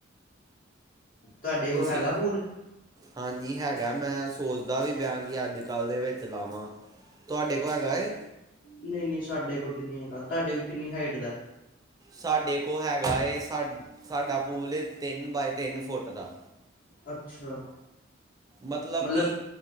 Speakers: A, on the left; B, on the right.
A: ਤੁਹਾਡੇ ਕੋਲ
B: ਤੁਸੀਂ
A: ਹੈਗਾ ਪੂਲ।
B: ਹਾਂਜੀ ਹੈਗਾ ਮੈਂ ਸੋਚਦਾ ਵੀ ਪਿਆ ਕਿ ਅੱਜ ਕੱਲ੍ਹ ਦੇ ਵਿੱਚ ਲਾਵਾਂ। ਤੁਹਾਡੇ ਕੋਲ ਹੈਗਾ ਏ।
A: ਨਈਂ-ਨਈਂ ਸਾਡੇ ਕੋਲ ਤਾਂ ਨਹੀਂ ਹੈਗਾ ਤੁਹਾਡੇ ਕੋਲ ਕਿੰਨੀ ਹਾਈਟ ਦਾ।
B: ਸਾਡੇ ਕੋਲ ਹੈਗਾ ਏ ਸਾ ਸਾਡਾ ਪੂਲ ਤਿੰਨ ਬਾਏ ਤਿੰਨ ਫੁੱਟ ਦਾ।
A: ਅੱਛਾ
B: ਮਤਲਬ
A: ਮਲਬ
B: ਕਿ